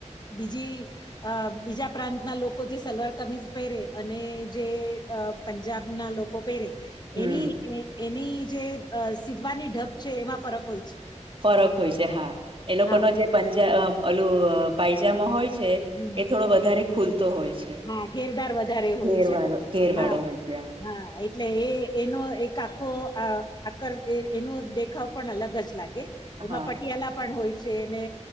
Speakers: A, on the left; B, on the right.
A: બીજી અ બીજા પ્રાંતના લોકો જે સલવાર કમીજ પહેરે અને જે પંજાબના લોકો કો પેરે
B: હમ
A: એની એની જે સીવવાની ઢપ છે એમાં ફરક હોય છે,
B: ફરક હોય છે હા એ લોકો
A: હા
B: ન જે પંજા પલું પાયજમાો હોય?
A: હમ
B: એ થોડો વધારે ખુલતો હોય છે.
A: હા, ઘેરધાર વધારે હોય
B: ઘેરવાળો
A: છે
B: ઘેરવાળો
A: હા
B: હોય છે
A: હા એટલે એ એનો એક આખો આક <inaudible> એનો દેખાવ પણ અલગ જ લાગે.
B: હા
A: એમાં પટિયાલા પણ હોય છે, ને